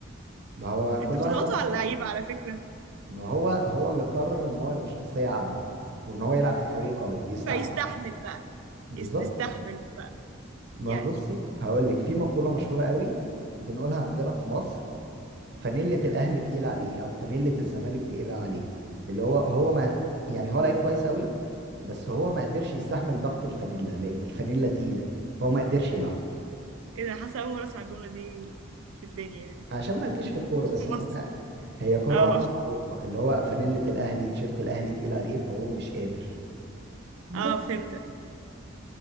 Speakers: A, on the right (about 60°); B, on the right (about 80°).
A: ما هو
B: انتوا
A: كل
B: بتضغطوا
A: واحد عنده
B: على اللعيبه
A: فرق.
B: على فكره
A: ما هو هو اللي قرر إن هو يبقى شخصية عامة وإن هو يلعب في فريق قوي يستحمل
B: فيستحمل بقى
A: بالظبط
B: يست- يستحمل بقى
A: ما
B: يعني
A: هو بصي هقولك في مقولة مشهورة قوي بنقولها عندنا في مصر فانيلة الأهلي تقيلة عليه أو فانيلة الزمالك تقيلة عليه اللي هو هو ما يعني هو لعيب كويس قوي بس هو ما قدرش يستحمل ضغط الفانيلا لان الفانيلا تقيلة فهو ما قدرش يلعب
B: ايه ده حاسه اول مره اسمع الجمله دي في الدنيا يعني
A: عشان مالكيش في الكورة
B: <laughs> مش
A: بس
B: في مصر
A: انما هي كرة
B: اه
A: معروفة اللي هو فانيلة الاهلي تيشيرت الاهلي تقيل عليه فهو مش قادر بس
B: اه فهمتك